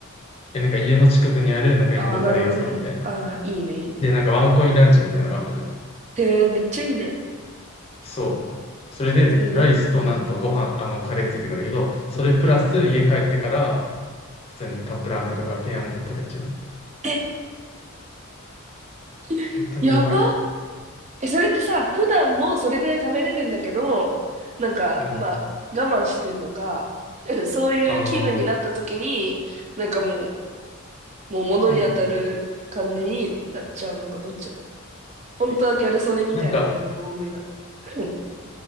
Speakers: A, on the left; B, on the right.
A: え、なんか家の近くにあるなんかインドカレー屋さんみたいな。
B: ああー、なるほどね。ああ、いいね、いいね。
A: で、なんかワンコインランチみたいなのがあるのね。
B: へえ、めっちゃいいね。
A: そう。それでライスとなんとご飯、
B: それでうん。
A: あのカレーついてくるんだけど、それプラス家帰ってから
B: うん。
A: 普通にカップラーメンとかペヤング食べちゃうみたいな。
B: え <laughs>
A: 本当にやばいよ。
B: やばえ、それってさ、普段もそれぐらい食べれるんだけど、なんか、
A: うん。
B: まあ、我慢してんのか、<laughs> そういう気分になった時に、
A: あ
B: なんかもう、もう物に当たる感じになっちゃうのか、
A: ー
B: どっちなの本当はギャル曽根みたいな感じで大食いなの。
A: <clears throat> なんか、
B: <clears throat>